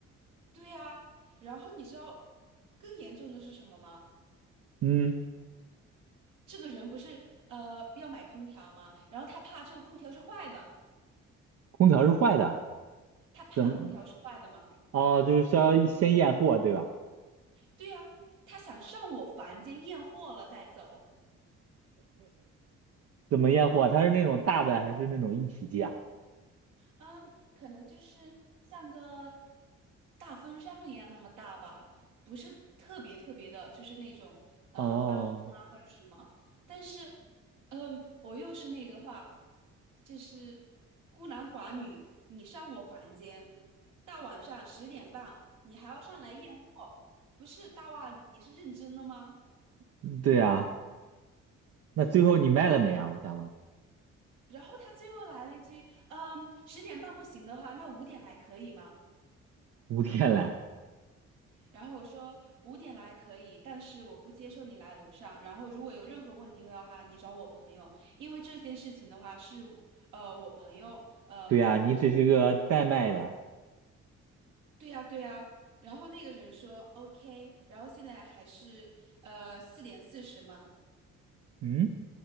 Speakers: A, on the right; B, on the right.
A: 对呀、然后你知道更严重的是什么吗？
B: 嗯，
A: 这个人不是呃要买空调吗？然后他怕这个空调是坏的，
B: 空调是坏的，
A: 他怕空调是坏的嘛？
B: 怎么？哦，就是需要先验货，对吧？
A: 对啊，他想上我房间验货了再走。
B: <laughs> 怎么验货？它是那种大的还是那种一体机啊？
A: 嗯，可能就是像个大风扇一样那么大吧，不是特别特别的，就是那种嗯、
B: 哦，
A: 呃搬不动啊或者什么。但是，嗯，我又是那个话，就是孤男寡女，你上我房间，大晚上十点半，你还要上来验货，不是大袜子，你是认真的吗？
B: 嗯对啊，那最后你卖了没啊？我想问，
A: 然后他最后来了一句，嗯，十点半不行的话，那五点来可以吗？
B: 五天来，
A: 然后我说五点来可以，但是我不接受你来楼上。然后如果有任何问题的话，你找我朋友，因为这件事情的话是呃我朋友呃嘱咐我。
B: 对啊，你只是个代卖的，
A: 对呀对呀。然后那个人说 OK，然后现在还是呃四点四十嘛。
B: 嗯，